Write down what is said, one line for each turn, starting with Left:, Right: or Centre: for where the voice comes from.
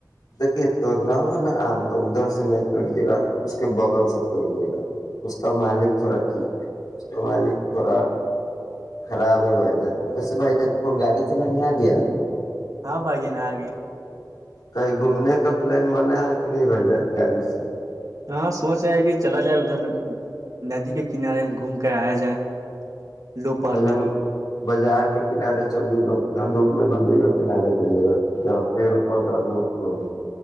Left: دیکھیے توڑنا ہوگا نا آم تو ادھر سے نہیں توڑیے گا اس کے بغل سے توڑیے گا اس کا مالک تھوڑا ٹھیک ہے اس کا مالک تھوڑا خراب ہے بھائی جان ویسے بھائی جان کو گاڑی چل م گیا <unintelligible>
Right: ہاں بھائی جان آ گیا
Left: کہیں گھومنے کا پلان بنا ہے کہ نہیں بھا جائے گاڑی سے
Right: ہاں سوچ رہ ہے کہ چلا جائے ادھر ندی کے کنارے گھوم کر آیا جائے دوپہر
Left: وجن
Right: میں
Left: بازار کے کنارے چل ل ہو ن دھوپ میں ندی کے کنارے دل یہ پیڑ پودا بہت کم